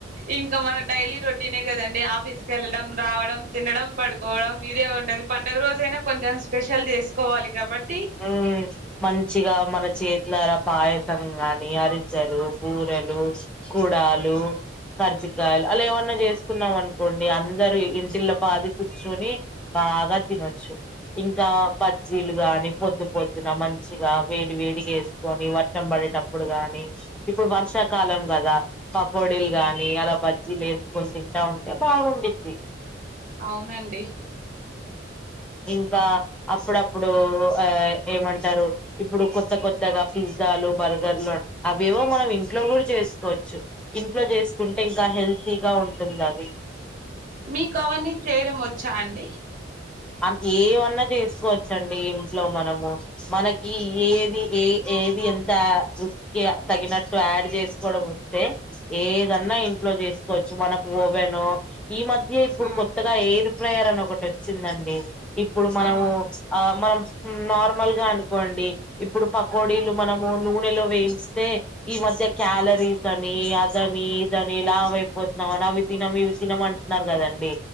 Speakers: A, on the right; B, in the centre.
A: ఇంకా మన డైలీ రొటీనే కదండి ఆఫీస్కిల్డం రావడం తినడం పడుకోవడం మీరేమంటది పండుగ రోజయినా కొంచెం స్పెషల్ చేసుకోవాలి కాబట్టి
B: మ్మ్ మంచిగా మన చేతులరా పాయసం గానీ అరిచెరు భూరెలు కూడాలు కరిజికయలు అలా ఏమన్నా చేస్తున్నాం అనుకోండి అందరు ఇంటిల పాది కుర్చొని బాగా తినొచ్చు ఇంకా పజ్జీలు గాని పొద్దు పొద్దున మంచిగా వేడి వేడిగా వేసుకని వర్షంపడేటప్పుడు గాని ఇప్పుడు వర్షాకాలం కదా పకోడీలు గాని అలా బజ్జీలు వేసుకొని తింటా ఉంటే బాగుంటుంది.
A: అవునండి
B: ఇంకా అప్పుడప్పుడు ఆ ఏమంటారు? ఇప్పుడు కొత్త కొత్తగా పిజ్జాలు బర్గర్లు అవేవో మనం ఇంట్లో కూడా చేసుకోవచ్చు ఇంట్లో చేసుకుంటే ఇంకా హెల్తీగా ఉంటుంది అది
A: మీకు అవన్నీ చేయడం వచ్చా అండి
B: ఆది ఏమన్నా చేసుకోవచ్చండి ఇంట్లో మనము మనకి ఏది ఏ ఏది ఎంత? ఇగ తగినట్టు యాడ్ చేసుకోవడం వస్తే ఏదన్నా
A: ఆ
B: ఇంట్లో చేసుకోవచ్చు మనకు ఓవేనో ఈ మధ్య ఇప్పుడు
A: ఆ
B: కొత్త ఎయిర్ ఫ్రయర్ అని ఒకటి వచ్చిందండి ఇప్పుడు మనము
A: ఆ
B: ఆ మనం నార్మల్గా అనుకోండి ఇప్పుడు పకోడీలు మనము నూనెలో వేయిస్తే ఈ మధ్య క్యాలరీస్ అని అదని ఇదని లావ అయిపోతున్నాం అని అవి తినం ఇవి తినమంట ఆన్నారు కదండి